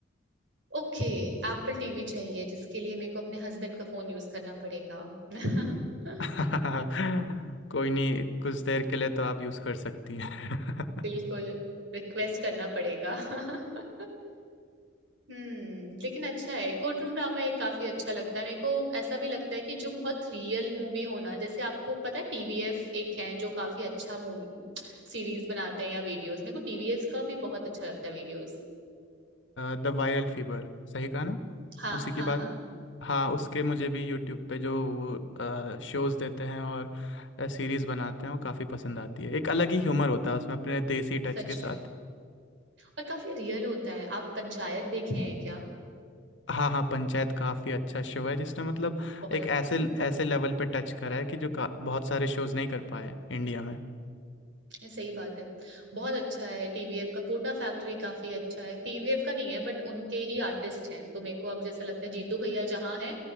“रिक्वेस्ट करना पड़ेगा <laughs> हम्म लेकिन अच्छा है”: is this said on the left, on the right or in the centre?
Right